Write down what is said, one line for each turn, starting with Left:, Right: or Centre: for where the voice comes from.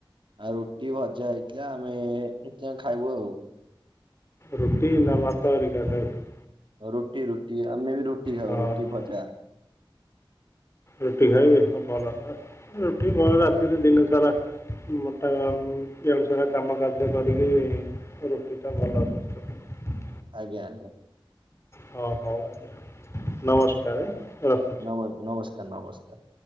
Right: ଆଉ ରୁଟି, ଭଜା ହେଇଥିଲା ଆମେ ଏ ଏଁଯାଏ ଖାଇବୁ ଆଉ।
Left: ରୁଟି ନା ଭାତ ହେରିକା ଖାଇବୁ
Right: ରୁଟି, ରୁଟି ଆମେ ବି ରୁଟି ଖାଉ
Left: ହଁ
Right: ରୁଟି,
Left: ହଁ
Right: ଭଜା।
Left: ରୁଟି ଖାଇବି ଭଲ ରୁଟି ଭଲ ରାତିରେ ଦିନ ସାରା ମୋଟେ ଇଆଡୁ ସିଆଡୁ କାମ କାର୍ଯ୍ୟ କରିକି ରୁଟିଟା ଭଲ ସ୍ୱାସ୍ଥ୍ୟ ପାଇଁ।
Right: ଆଜ୍ଞା, ଆଜ୍ଞା।
Left: ହ ହଉ ଆଜ୍ଞା ନମସ୍କାର ରଖ
Right: ନ ନମସ୍କାର, ନମସ୍କାର,